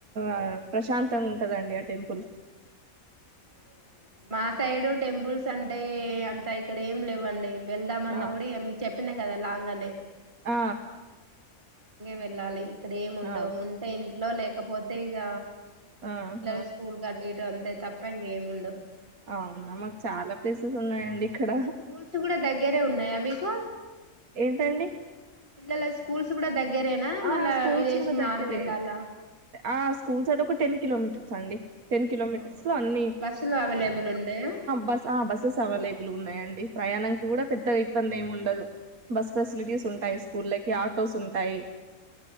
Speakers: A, on the right (about 80°); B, on the right (about 35°).
A: ఆ ప్రశాంతంగా ఉంటదండి ఆ టెంపుల్స్
B: అవున మా సైడు టెంపుల్స్ అంటే అంత ఇక్కడ ఏం లేవండి వెళ్దాం అన్న
A: ఆ
B: కూడా మీకు చెప్పినా జద లాగా అనే
A: ఆ
B: వెళ్ళలి ఇక్కడేం ఉండవు
A: ఆ ఆ,
B: ఉంటాయి లో లేకపోతే ఇక
A: ఆహా
B: పిల్లాల స్కూల్ కట్ట ఇటు అంతే తప్ప ఇం ఏము ఉండ
A: అవునా మాకు చాలా ప్లేసెస్ ఉన్నాయండి ఇక్కడ
B: స్కూల్స్ కూడా దగ్గరే ఉన్నాయా మీకు
A: ఏంటండి
B: పిల స్కూల్స్ కూడా దగ్గరేనా మళ్ళా
A: ఆ స్కూల్స్
B: విలేజ్
A: కూడా
B: క మారి
A: దగ్గరే
B: వెళ్ళాలా
A: ఆ స్కూల్ సడ్ ఒక టెన్ కిలోమీటర్స్ అండి టెన్ కిలోమీటర్స్
B: ఆహా
A: లో అన్ని
B: బస్సులు అవైలబుల్ ఉండయా
A: బస్ ఆ బస్సెస్ అవైలబుల్ ఉన్నాయంండి ప్రయాణానికి కూడా
B: ఉహు
A: పెద్ద ఇబ్బంది ఏమిండ స బస్ ఫెసిలిటీస్ ఉంటాయి స్కూళ్ళకి ఆటోస్ ఉంటాయి